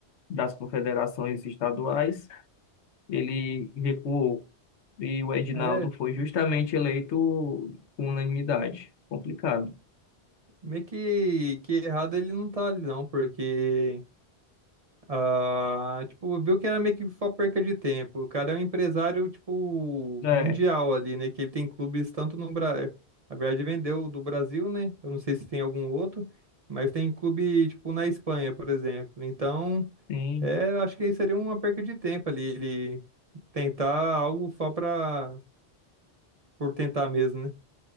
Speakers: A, on the left; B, on the right.
A: das confederações estaduais, ele recuou. E o Edinaldo
B: É, tipo,
A: foi justamente eleito com unanimidade. Complicado.
B: meio que, que errado ele não tá ali, não, porque. Ah, tipo, viu que era meio que só perca de tempo. O cara é um empresário, tipo,
A: É,
B: mundial ali, né? Que ele tem clubes tanto no Brasil. Na verdade, vendeu do Brasil, né? Eu não sei se tem algum outro, mas tem clube, tipo, na Espanha, por exemplo. Então,
A: sim.
B: é, eu acho que seria uma perca de tempo ali, ele tentar algo só pra, por tentar mesmo, né?